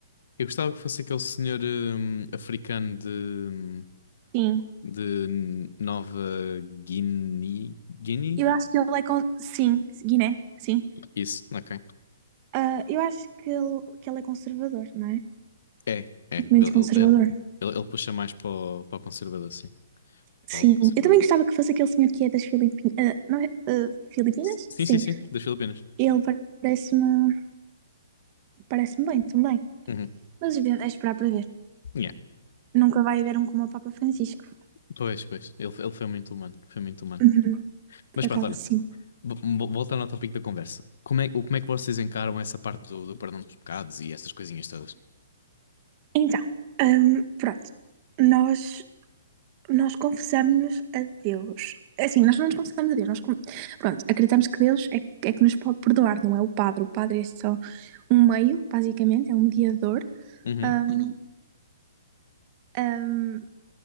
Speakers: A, on the left; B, on the right.
A: Eu gostava que fosse aquele senhor hum, africano de,
B: Sim.
A: de Nova Guiné. Guiné?
B: Eu acho que ele é... Con... Sim, Guiné, sim.
A: Isso, ok.
B: Ah, eu acho que ele, que ele é conservador, não é?
A: É, é.
B: Muito
A: Ele,
B: conservador.
A: ele- ele- ele puxa mais para o, para o conservador, sim.
B: Sim.
A: Para o lado conservador.
B: Eu também gostava que fosse aquele senhor que é das Filipinas. Uh, não é? Ah, Filipinas?
A: S- Sim,
B: Sim.
A: sim, sim. Das Filipinas.
B: Ele parece-me parece bem também.
A: Uhum.
B: Mas é esperar para ver.
A: Yeah.
B: Nunca vai haver um como o Papa Francisco.
A: Pois, pois. Ele, ele foi muito humano. Foi muito humano.
B: Uhum, por
A: Mas
B: acaso,
A: pronto, olha.
B: sim.
A: vo- vo- Voltando ao tópico da conversa. Como é, o- como é que vocês encaram essa parte do, do perdão dos pecados e essas coisinhas todas?
B: Então, hum, pronto. Nós, nós confessamos-nos a Deus. Assim, nós não nos confessamos a Deus. Nós, con- pronto, acreditamos que Deus é, que- é que nos pode perdoar, não é o padre. O padre é só um meio, basicamente, é um mediador,
A: Uhum,
B: hum, hum,